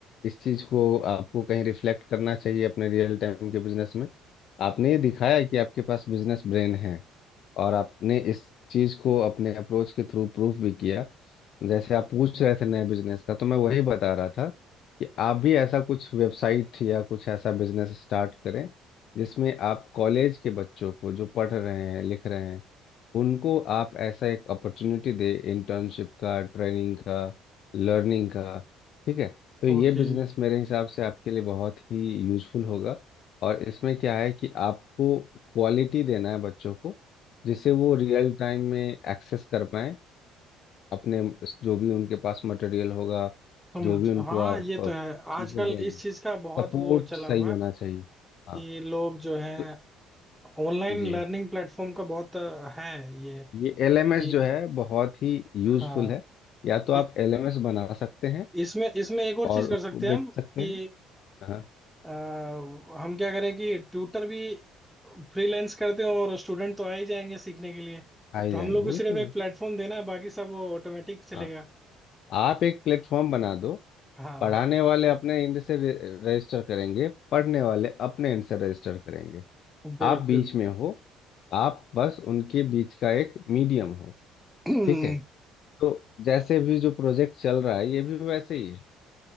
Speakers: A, on the left (about 55°); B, in the centre.
A: इस चीज़ को आपको कहीं रिफ्लेक्ट करना चाहिए अपने रियल टाइम के बिजनेस में आपने ये दिखाया कि आपके पास बिजनेस ब्रेन है और आपने इस चीज को अपने अप्रोच के थ्रू प्रूफ भी किया जैसे आप पूछ रहे थे नए बिजनेस का तो मैं वही बता रहा था कि आप भी ऐसा कुछ वेबसाइट या कुछ ऐसा बिजनेस स्टार्ट करें जिसमें आप कॉलेज के बच्चों को जो पढ़ रहे हैं लिख रहे हैं उनको आप ऐसा एक अपॉर्चुनिटी दे इंटर्नशिप का ट्रेनिंग का लर्निंग का ठीक है तो ये
B: Okay
A: बिजनेस मेरे हिसाब से आपके लिए बहुत ही यूजफुल होगा और इसमें क्या है कि आपको क्वालिटी देना है बच्चों को जिससे वो रियल टाइम में एक्सेस कर पाए अपने जो भी उनके पास मटेरियल होगा
B: समझ
A: जो भी उनको
B: हाँ
A: आप
B: ये तो है
A: चीज़ें
B: आजकल
A: देंगे
B: इस चीज का बहुत
A: सपोर्ट
B: वो चला
A: सही
B: हुआ
A: होना
B: है
A: चाहिए हाँ
B: कि लोग जो है
A: तो
B: ऑनलाइन
A: जी
B: लर्निंग प्लेटफॉर्म का बहुत अ, है ये
A: ये एलएमएस
B: ये-
A: जो है बहुत ही यूजफुल
B: हाँ
A: है या तो आप
B: इ-
A: एलएमएस बना सकते हैं
B: इसमें इसमें एक और
A: और
B: चीज कर
A: उसको
B: सकते हैं
A: बेच
B: हम कि
A: सकते हैं हाँ
B: अ, हम क्या करें कि ट्यूटर भी फ्रीलांस करते हैं और स्टूडेंट तो आ ही जाएंगे सीखने के लिए
A: आ ही
B: तो
A: जाएंगे
B: हम लोग को
A: बिल्कुल
B: सिर्फ
A: बिल्कुल।
B: एक प्लेटफॉर्म देना है बाकी सब वो ऑटोमेटिक चलेगा
A: हाँ आप एक प्लेटफॉर्म बना दो
B: हाँ
A: पढ़ाने वाले अपने एंड से रे- रजिस्टर करेंगे पढ़ने वाले अपने एंड से रजिस्टर करेंगे
B: बिल्कुल
A: आप बीच में हो आप बस उनके बीच का एक मीडियम हो
B: <clears throat>
A: ठीक है तो जैसे भी जो प्रोजेक्ट चल रहा है ये भी वैसे ही है